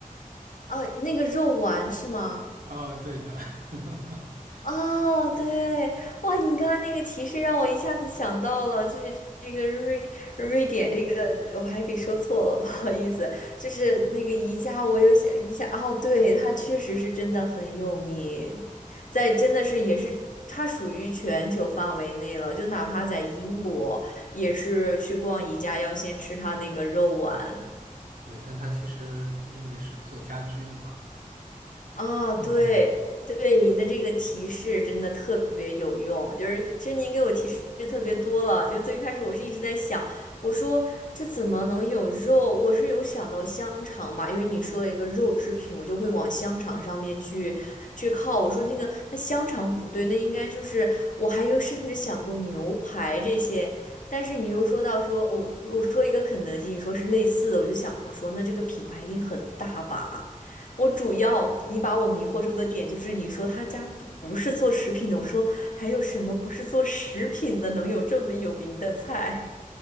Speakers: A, on the left; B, on the right.
A: 哦，那个肉丸是吗？
B: 呃，对的，<laughs>
A: 哦，对，哇，你刚刚那个提示让我一下子想到了，就是这个瑞瑞典这个，我还给说错了，<laughs> 不好意思，就是那个宜家，
B: 对
A: 我有想一下哦，对，它确实是真的很有名，在真的是也是它属于全球范围内了，就哪怕在英国也是去逛宜家要先吃它那个肉丸。
B: 对，但它其实因为是做家居的嘛，
A: 啊，
B: 嗯，
A: 对对，您的这个提示真的特别有用。就是其实您给我提示特别多了，就最开始我是一直在想，我说这怎么能有肉？我是有想到香肠嘛，因为你说了一个肉制品，我就会往香肠上面去去靠。我说那个那香肠不对，那应该就是我还有甚至想过牛排这些。但是你又说到说，我、我说一个肯德基，你说是类似的，我就想说，那这个品牌一定很大吧？我主要你把我迷惑住的点就是你说他家不不是做食品的，我说还有什么不是做食品的能有这么有名的菜？